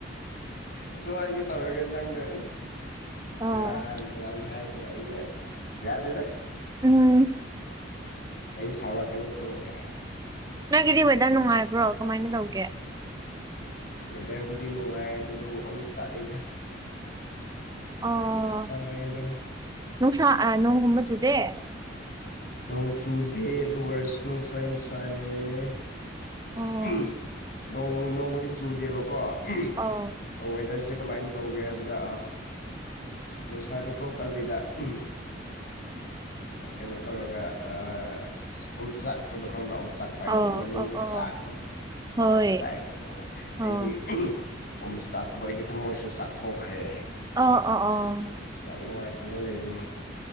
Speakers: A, on the left (about 50°); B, on the right (about 20°).
A: ꯑꯗꯨ ꯍꯥꯏꯒꯦ ꯇꯧꯔꯒ ꯅꯪꯅ
B: ꯑꯣ
A: ꯁꯦꯔꯥꯟ ꯇꯨꯔꯥꯟ ꯍꯥꯏꯈ꯭ꯔꯦ ꯑꯩꯅ ꯌꯥꯗꯦꯗ
B: ꯎꯝ
A: ꯑꯩ ꯁꯥꯎꯔꯛꯀꯅꯤ ꯀꯣ ꯀꯥꯏꯅ꯫
B: ꯅꯪꯒꯤꯗꯤ ꯋꯦꯗꯔ ꯅꯨꯡꯉꯥꯏꯕ꯭ꯔꯣ ꯀꯃꯥꯏꯅ ꯇꯧꯒꯦ꯫
A: ꯋꯦꯗꯔꯕꯨꯗꯤ ꯅꯨꯡꯉꯥꯏ ꯑꯗꯨꯕꯨ ꯑꯣꯝꯆꯥꯛꯏꯗ꯫
B: ꯑꯣ
A: ꯌꯥꯝ ꯁꯥꯏꯌꯦꯗ꯫
B: ꯅꯨꯡꯁꯥ ꯑ ꯅꯣꯡꯒꯨꯝꯕ ꯆꯨꯗꯦ꯫
A: ꯅꯣꯡ ꯆꯨꯗꯦ ꯑꯗꯨ ꯑꯣꯏꯔꯁꯨ ꯅꯨꯡꯁꯥ ꯌꯥꯝ ꯁꯥꯏꯌꯦ꯫
B: ꯑꯣ
A: ꯎꯝ ꯅꯣꯡ ꯅꯣꯡꯕꯨꯗꯤ ꯆꯨꯗꯦꯕꯀꯣ ꯎꯝ
B: ꯑꯣ
A: ꯋꯦꯗꯔꯁꯦ ꯀꯃꯥꯏꯅ ꯇꯧꯒꯦ ꯍꯥꯏꯕꯗ ꯅꯨꯡꯁꯥꯗꯤ ꯊꯣꯛꯇꯕꯤꯗ ꯎꯝ
B: <unintelligible>
A: ꯀꯩꯅꯣ ꯇꯧꯔꯒ ꯑ ꯑꯁ ꯎꯝꯆꯥꯛꯄꯗꯨ ꯈꯪꯕ꯭ꯔꯥ ꯎꯝꯆꯥꯛ ꯍꯥꯏꯗꯤ
B: ꯑꯣ
A: ꯃꯅꯨꯡꯗ
B: ꯑꯣ ꯑꯣ
A: ꯆꯥꯛꯄꯗꯣ ꯑꯗꯨꯃꯥꯏꯅ
B: ꯍꯣꯏ
A: ꯆꯥꯛꯑꯦꯕꯀꯣ ꯑꯩꯒꯤ
B: ꯑꯣ
A: ꯎꯝ ꯆꯥꯛꯄꯗꯣ ꯑꯩꯒꯤ ꯊꯃꯣꯏꯁꯨ ꯆꯥꯛꯊꯣꯛꯈ꯭ꯔꯦ꯫
B: ꯑ ꯑ ꯑꯣ
A: ꯑꯦ ꯍꯧꯖꯤꯛ ꯌꯥꯝ ꯅꯨꯡꯉꯥꯏꯇꯅ ꯂꯩꯔꯤꯅꯤ꯫